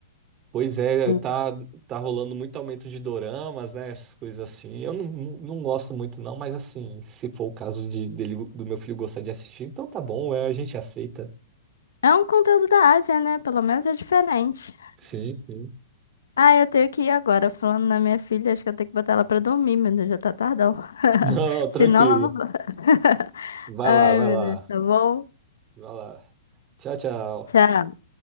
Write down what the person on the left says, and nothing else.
O-
É um conteúdo da Ásia, né? Pelo menos é diferente.
Ah, eu tenho que ir agora. Falando na minha filha, acho que eu tenho que botar ela pra dormir, meu Deus, já tá tardão. <laughs>
Senão ela não vai. <laughs>
Ai,
meu
Deus, tá bom?
Tchau.